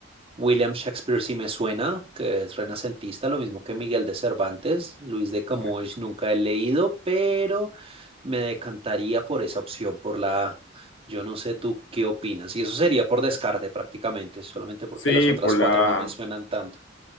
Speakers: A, on the right; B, on the left.
A: William Shakespeare sí me suena, que es renacentista, lo mismo que Miguel de Cervantes. Luis de Camões
B: exacto.
A: nunca he leído, pero me decantaría por esa opción, por la A. Yo no sé tú qué opinas. Y eso sería por descarte prácticamente, solamente porque
B: Sí,
A: las otras
B: por
A: cuatro
B: la,
A: no me suenan tanto.